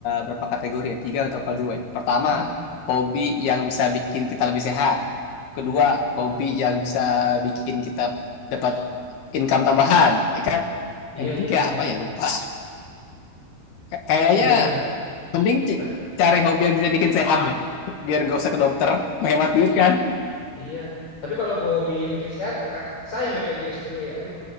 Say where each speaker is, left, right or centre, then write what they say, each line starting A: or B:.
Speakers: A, on the left; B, on the left.
A: berapa kategori ya? Tiga atau apa dua? ya? Pertama,
B: Mm,
A: hobi yang bisa bikin kita lebih sehat. Kedua,
B: mm, mm.
A: hobi yang bisa bikin kita dapat income tambahan, ya kan?
B: Iya,
A: Yang ketiga
B: iya, iya.
A: apa ya lupa. <laughs> Kayaknya
B: Eh, gue pengen.
A: Mending
B: pe-
A: cari hobi yang bisa bikin sehat deh. Biar gak usah ke dokter, menghemat duit kan.
B: Iya. Tapi kalau gue hobi yang bikin sehat, kah? Sayang BPJS gue ya. Aduh,